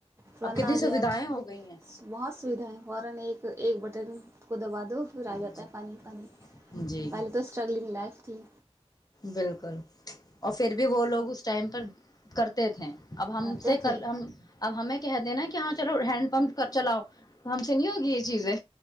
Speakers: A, on the right; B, on the left.
A: پرندنا
B: اب کتنی سویدھائیں
A: گیا
B: ہو گئی ہیں
A: بہت سویدھا ہے فورا ایک ایک ب بٹن کو دبا دو پھر
B: جی
A: آ جاتا ہے پانی پانی
B: جی جی
A: پہلے تو اسٹرگلنگ لائف تھی
B: بالکل اور پھر بھی وہ لوگ اس ٹائم پر کرتے تھے <unintelligible> اب ہم
A: کرتے
B: سے
A: تھے
B: اب ہمیں کہہ دینا کہ ہاں چلو رہ ہینڈ پمپ چلاؤ <unintelligible> ہوگی یہ چیزیں